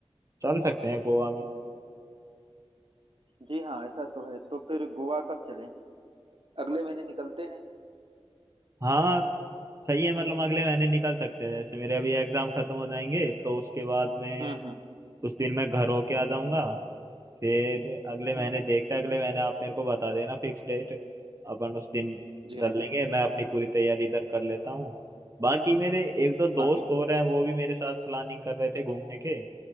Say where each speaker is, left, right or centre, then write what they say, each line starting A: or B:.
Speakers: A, on the right; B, on the right.
A: चल सकते हैं गोवा में
B: जी हाँ ऐसा तो है तो फिर गोवा कब चलें अगले महीने निकलते हैं
A: हाँ सही है मतलब अगले महीने निकल सकते हैं जैसे मेरे अभी एग्जाम खत्म हो जाएंगे तो उसके बाद में
B: हम्म हम्म
A: उस दिन मैं घर होके आ जाऊंगा फिर अगले महीने
B: हम्म हम्म,
A: देखते हैं अगले महीने आप मेरे को बता देना फिक्स डेट अपन उस दिन
B: जी
A: चल
B: हाँ जी
A: लेंगे
B: हाँ
A: मैं अपनी पूरी तैयारी इधर कर लेता हूँ बाकी मेरे एक दो दोस्त
B: हाँ, ठीक है
A: हो
B: ठीक
A: रहे हैं वो भी मेरे साथ प्लानिंग कर रहे थे घूमने के